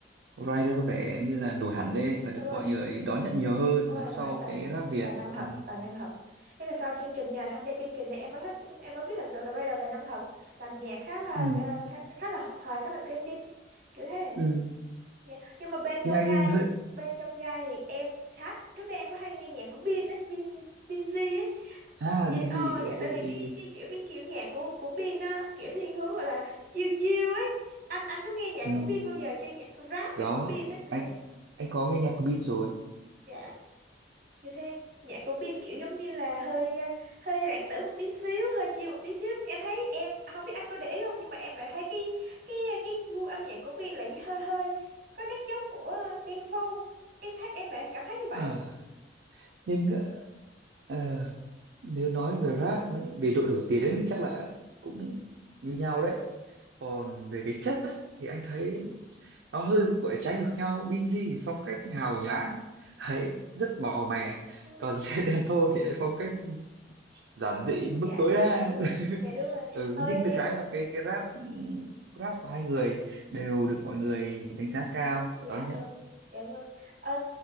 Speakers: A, on the right; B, on the right.
A: Rider có vẻ như
B: Ừ,
A: là nổi hẳn lên và được
B: đúng rồi
A: mọi người đón nhận nhiều hơn
B: đúng
A: là
B: rồi
A: sau
B: bạn ấy tài
A: cái Rap Việt.
B: tài năng thật
A: Ừ.
B: tài năng thật thế là sau chương trình nhà tham gia chương trình này em mới thích em mới biết thật sự là Rider tài năng thật làm nhạc khá là
A: Ừ.
B: gọi là khá khá là hợp thời khá là trending kiểu thế
A: Ừ.
B: Dạ. nhưng mà bên trong
A: Nhanh
B: gai
A: hơi
B: bên trong gai thì em khá trước đây em có hay nghe nhạc của Bin á Bin Binz
A: à
B: Dạ,
A: Busy,
B: ờ, dạ
A: ok
B: tại vì
A: Busy.
B: cái cái kiểu cái kiểu nhạc của của Bin á kiểu thiên hướng gọi là chill chill ấy anh anh có nghe nhạc
A: Ừ.
B: của Bin bao giờ chưa nhạc rap
A: Có
B: này của Bin ấy ừ,
A: anh anh có nghe nhạc của Bin rồi.
B: dạ như thế nhạc của Bin kiểu giống như là hơi à, hơi lãng tử một tí xíu hơi chill một tí xíu em thấy em không biết anh có để ý không nhưng mà em lại thấy cái cái cái gu âm nhạc của Bin là hơi hơi có nét giống của à, Đen Vâu em thấy em lại cảm thấy như vậy
A: À, nhưng ờ, nếu nói về rap ấy, về độ nổi tiếng thì chắc là cũng như nhau đấy. Còn về cái chất thì anh thấy nó hơi gọi là trái ngược nhau. Binz thì phong cách hào nhoáng, ấy rất màu mè.
B: ừ,
A: Còn <laughs> Đen Vâu thì lại phong cách giản dị
B: dạ
A: đến mức tối
B: đúng
A: đa
B: rồi đúng rồi
A: <laughs>
B: dạ đúng rồi
A: ừ,
B: ôi
A: nhưng
B: đen
A: được cái là cái cái rap ừ, rap của hai người đều được mọi người đánh giá cao và
B: dạ
A: đón nhận
B: vâng dạ vâng ờ,